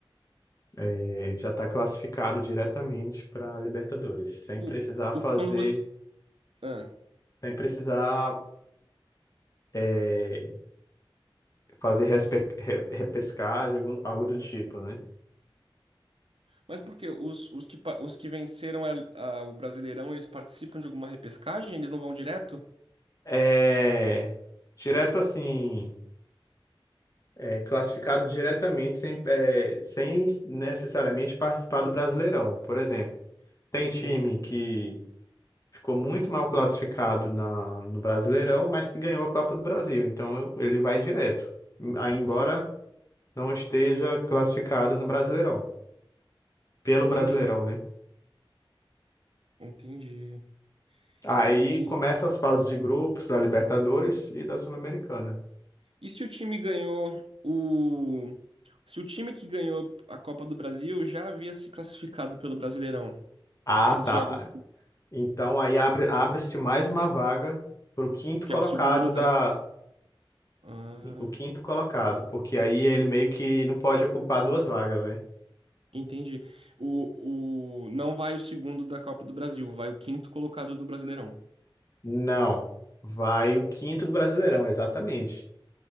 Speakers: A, on the left; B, on the right.
A: é, já está classificado diretamente para a Libertadores, sem
B: O,
A: precisar
B: o,
A: fazer,
B: quando você, ah,
A: sem precisar é, fazer respe- re- repescagem, algo algo do tipo, né?
B: mas por quê? Os, os que, pa- os que venceram a- a- o Brasileirão, eles participam de alguma repescagem? Eles não vão direto?
A: é, direto assim, é, classificado diretamente sem, é, sem necessariamente participar do Brasileirão, por exemplo. Tem time
B: Hum,
A: que ficou muito mal classificado na, no Brasileirão, mas que ganhou a Copa do Brasil, então eu- ele vai direto, aí
B: entendi,
A: embora não esteja classificado no Brasileirão, pelo
B: entendi,
A: Brasileirão, né?
B: entendi.
A: Aí
B: E,
A: começa as fases de grupos da Libertadores e da Sul-Americana.
B: e se o time ganhou o. Se o time que ganhou a Copa do Brasil já havia se classificado pelo Brasileirão,
A: Ah,
B: eles
A: tá.
B: jogam.
A: Então aí abre, abre-se mais uma vaga para o quinto
B: que
A: colocado
B: é o segundo lugar.
A: da
B: Ah,
A: o quinto colocado, porque aí ele meio que não pode ocupar duas vagas, né?
B: entendi. O, o... Não vai o segundo da Copa do Brasil, vai o quinto colocado do Brasileirão.
A: Não, vai o quinto do Brasileirão, exatamente.